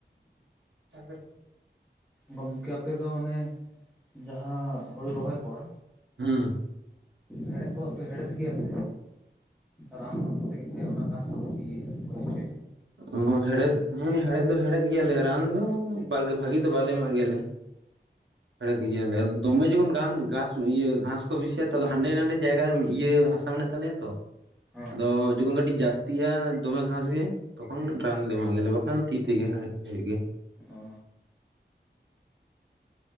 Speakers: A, on the right; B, in the centre.
A: <unintelligible>
B: ᱜᱚᱝᱠᱮ ᱟᱯᱮ ᱫᱚ ᱚᱱᱮ ᱡᱟᱦᱟᱸ ᱦᱩᱲᱩ ᱨᱚᱦᱚᱭ ᱯᱚᱨ᱾
A: ᱦᱩᱸ
B: ᱦᱮᱲᱦᱮᱫ ᱠᱚᱫᱚ ᱯᱮ ᱦᱮᱲᱦᱮᱫ ᱜᱮᱭᱟ ᱥᱮ᱾ ᱨᱟᱱ ᱢᱟᱱ ᱠᱟᱛᱮ ᱜᱮ ᱚᱱᱟ ᱜᱷᱟᱥ ᱠᱚ ᱤᱭᱟᱹᱭᱟ ᱜᱚᱡ ᱦᱚᱪᱚᱭᱟ᱾
A: ᱚ ᱦᱮᱲᱦᱮᱫ ᱦᱮᱸ ᱦᱮᱦᱮᱫ ᱫᱚ ᱦᱮᱲᱦᱮᱫ ᱜᱮᱭᱟᱞᱮ ᱨᱟᱱ ᱫᱚ, ᱵᱷᱟᱜᱤ ᱫᱚ ᱵᱟᱞᱮ ᱮᱢᱟᱜ ᱜᱮᱭᱟᱞᱮ᱾ ᱦᱮᱲᱮᱫ ᱜᱮᱭᱟᱞᱮ ᱟᱫᱚ ᱫᱚᱢᱮ ᱡᱚᱠᱷᱚᱱ ᱜᱷᱟᱥ ᱜᱷᱟᱥ ᱤᱭᱟᱹ ᱜᱷᱟᱥ᱾ ᱵᱤᱥᱤᱭᱟ ᱛᱚ ᱦᱟᱸᱰᱮ ᱱᱟᱰᱮ ᱡᱟᱭᱜᱟ ᱤᱭᱟᱹ ᱦᱟᱥᱟ ᱢᱮᱱᱟᱜ ᱛᱟᱞᱮᱭᱟ ᱛᱚ,
B: ᱦᱮᱸ
A: ᱟᱫᱚ ᱡᱚᱠᱷᱚᱱ ᱠᱟᱹᱴᱤᱡ ᱡᱟᱥᱛᱤ᱾ ᱛᱤᱭᱟ ᱫᱚᱢᱮ ᱜᱷᱟᱥ ᱜᱮ᱾ ᱛᱚᱠᱷᱚᱱ ᱨᱟᱱ ᱞᱮ ᱮᱢᱟᱜ ᱜᱮᱭᱟᱞᱮ, ᱵᱟᱠᱷᱟᱱ ᱛᱤ ᱛᱮᱜᱮ ᱦᱩᱭᱩᱜ ᱜᱮᱭᱟ᱾
B: ᱚ
A: <unintelligible>